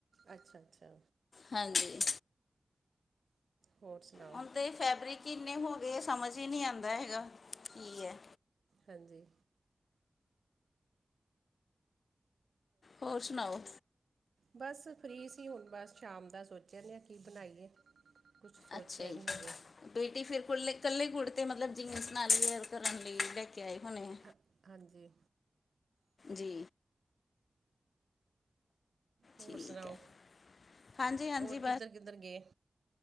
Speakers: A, on the right; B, on the left.
A: ਅੱਛਾ ਅੱਛਾ,
B: ਹਾਂਜੀ,
A: ਹੋਰ ਸੁਣਾਓ?
B: ਹੁਣ ਤੇ ਫੈਬਰਿਕ ਇੰਨੇ ਹੋ ਗਏ ਸਮਝ ਹੀ ਨਹੀਂ ਆਂਦਾ ਹੈਗਾ ਕੀ ਹੈ।
A: ਹਾਂਜੀ,
B: ਹੋਰ ਸੁਣਾਓ?
A: ਬਸ ਫ੍ਰੀ ਸੀ ਹੁਣ ਬਸ ਸ਼ਾਮ ਦਾ ਸੋਚਦੇ ਹਾਂ ਕੀ ਬਣਾਈਏ। ਕੁਝ ਸੋਚਿਆ
B: ਅੱਛੇ ਜੀ।
A: ਨਹੀਂ ਹਜੇ
B: ਬੇਟੀ ਫੇਰ ਕੱਲੇ ਕੁੜਤੇ ਮਤਲਬ ਜੀਂਸ ਨਾਲ ਲੈ ਕੇ ਆਏ ਹੋਣੇ ਆ।
A: ਹਾਂ- ਹਾਂਜੀ।
B: ਜੀ।
A: ਹੋਰ
B: ਠੀਕ
A: ਸੁਣਾਓ
B: ਹੈ ਹਾਂਜੀ-ਹਾਂਜੀ
A: ਹੋਰ ਕਿਧਰ ਕਿੱਧਰ ਗਏ।